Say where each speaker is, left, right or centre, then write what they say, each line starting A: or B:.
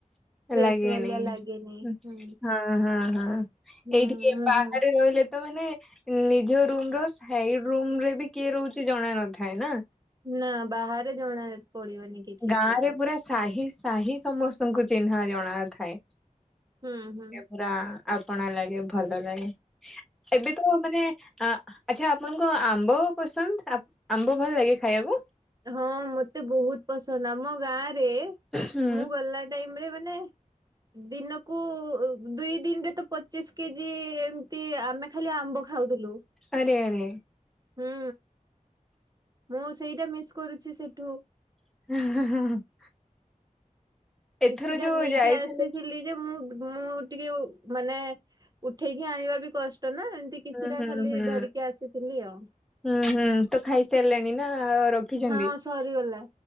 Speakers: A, on the right; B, in the centre.
A: ଫେସ୍
B: ଲାଗେନି
A: ଭଳିଆ ଲାଗେନି
B: ହଁ।
A: ହୁଁ।
B: ଓ ହଁ ହଁ ଏଇଠିକି
A: ହୁଁ
B: ଏବାହାରେ
A: ହୁଁ ହୁଁ।
B: ରହିଲେ ତ ମାନେ ନିଜ ରୁମର ସାଇଡ଼ ରୁମରେବି କିଏ ରହୁଚି ଜଣା ନଥାଏନା।
A: ନା ବାହାରେ ଜଣା ପଡିବନି କିଛି
B: ଗାଁରେ
A: ସେଟା
B: ପୁରା ସାହିସ୍ ସାହି ସମସ୍ତଙ୍କୁ ଚିହ୍ନା ଜଣା ଥାଏ
A: ହୁଁ ହୁଁ।
B: ଏପୁରା ଆପଣା ଲାଗେ ଭଲ ଲାଗେ ଏବେତ ମାନେ ଆ ଆଚ୍ଛା ଆପଣଙ୍କ ଆମ୍ବ ପସନ୍ଦ ଆମ୍ବ ଭଲ ଲାଗେ ଖାଇବାକୁ?
A: ହଁ ମତେ ବହୁତ୍ ପସନ୍ଦ ଆମ ଗାଁରେ
B: ହୁଁ
A: ମୁଁ ଗଲା ଟାଇମରେ ମାନେ ଦିନକୁ ଦୁଇ ଦିନରେତ ପଚିଶି କେଜି ଏମିତି ଆମେ ଖାଲି ଆମ୍ବ ଖାଉଥୁଲୁ।
B: ଆରେ ଆରେ।
A: ହୁଁ ମୁଁ ସେଇଟା ମିସ୍ କରୁଚି ସେଠୁ।
B: <unintelligible> ଏଥର
A: କିଛିଟା
B: ଯୋଉ
A: ନେଇକି
B: ଯାଇଥିଲେ
A: ଆସିଥିଲି। ଯେ ମୁଁ -ମୁଁ ଟିକେ ମାନେ ଉଠେଇକି ଆଣିବା ବି କଷ୍ଟ ନା। ଏଁତି କିଛିଟା
B: ହୁଁ ହୁଁ
A: ଖାଲି
B: ହୁଁ
A: ଧରିକି ଆସିଥିଲି ଆଉ।
B: ହୁଁ, ହୁଁ ତ ଖାଇ ସାରିଲେଣି ନା ଆ-ଆ ରଖ୍ ଖିଛନ୍ତି
A: ହଁ ସରିଗଲା।